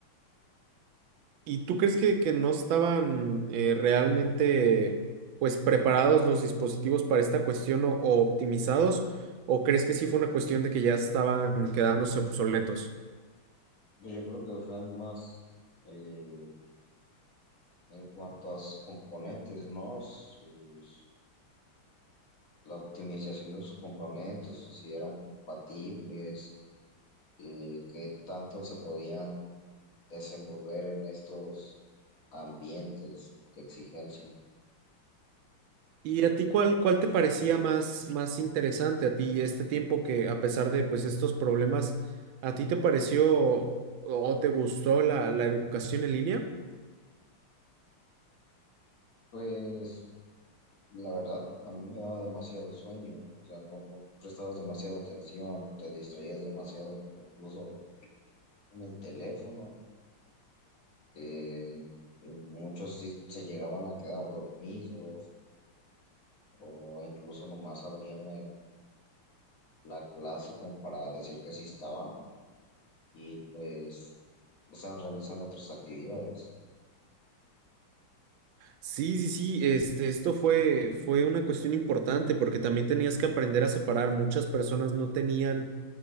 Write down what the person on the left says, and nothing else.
Pues yo creo que fue más eh, en cuanto a sus componentes, ¿no? Sus, la optimización de sus componentes, o si eran compatibles, eh, qué tanto se podían desenvolver en estos ambientes de exigencia.
Pues. La verdad, a mí me daba demasiado sueño, o sea, no, no prestabas demasiado atención, te distraías demasiado, o incluso en el teléfono, eh, muchos sí se llegaban a quedar dormidos o incluso nomás abrían el- la clase como para decir que sí estaban y pues estaban realizando otras actividades.